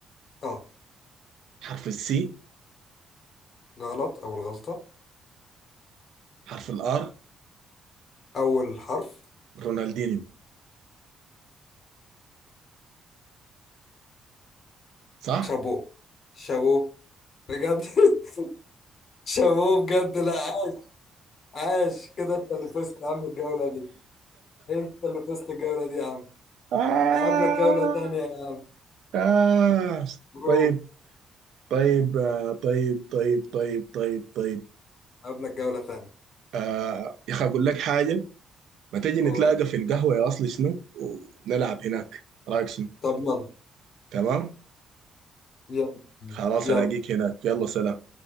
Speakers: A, on the left; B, on the right.
A: اه
B: حرف السي
A: غلط أول غلطة
B: حرف الآر
A: أول حرف
B: رونالدينيو صح؟
A: شابو
B: <laughs>
A: شابو بجد <laughs> شابو بجد لا عاش عاش كده انت اللي فزت يا عم الجولة دي انت اللي فزت الجولة دي يا عم
B: آه
A: هقابلك جولة تانية يا عم
B: آه
A: مبروك
B: طيب طيب آه، طيب طيب طيب طيب طيب
A: هقابلك جولة تانية
B: آه يا اخي اقول لك حاجه ما تجي نتلاقى
A: أوه.
B: في القهوه يا اصلي شنو ونلعب هناك رايك شنو
A: طب يلا
B: تمام
A: يلا
B: خلاص
A: يلا
B: الاقيك هناك يلا سلام